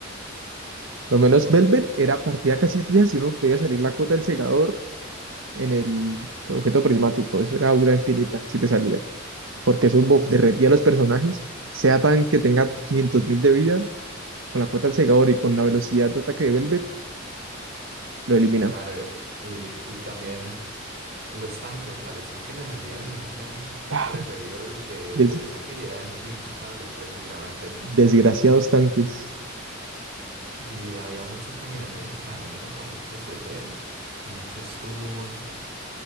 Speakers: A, on the right; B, on the right.
A: Lo menos Velvet era partida casi fija si uno podía salir la cuota del segador en el objeto prismático. Eso era aura infinita si te salía. porque eso buff
B: este,
A: derretía a los personajes, sea tan que tenga 500.000 de vida, con la cuota del segador y con la velocidad de ataque de Velvet, lo elimina.
B: claro, eh, y, y también los tanques, o sea, los tanques les salían los ítems
A: Claro,
B: preferidos de,
A: des-
B: de los tanques y eran inmatables prácticamente.
A: desgraciados tanques.
B: Y había muchas combinaciones que también eran con mucho c C, con mucho stun,